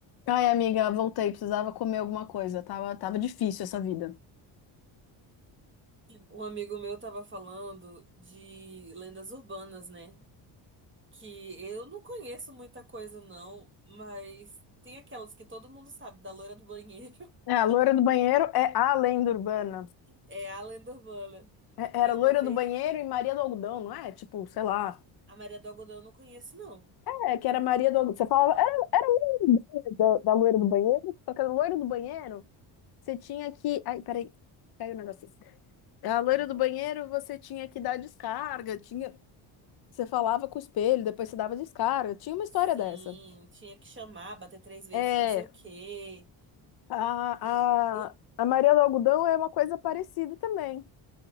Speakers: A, on the left (about 50°); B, on the right (about 25°).
A: Ai, amiga, voltei. Precisava comer alguma coisa. Tava, tava difícil essa vida.
B: Um amigo meu tava falando de lendas urbanas, né? Que eu não conheço muita coisa, não, mas tem aquelas que todo mundo sabe, da loira do banheiro. <laughs>
A: É, a loira do banheiro é a lenda urbana.
B: É a lenda urbana.
A: É-
B: E
A: era loira
B: uma vez,
A: do banheiro e Maria do Algodão, não é? Tipo, sei lá.
B: a Maria do Algodão eu não conheço, não.
A: É, que era Maria do Algodão. Você falava, era, era a mesma ideia da, da loira do banheiro, só que a loira do banheiro, você tinha que. Ai, peraí, caiu o negocinho. A loira
B: Aham.
A: do banheiro, você tinha que dar descarga, tinha. Você falava com o espelho, depois você dava descarga. Tinha uma
B: Sim,
A: história dessa.
B: tinha que chamar, bater três vezes,
A: É,
B: não sei o quê.
A: A,
B: E. o-
A: a, a Maria do Algodão é uma coisa parecida também,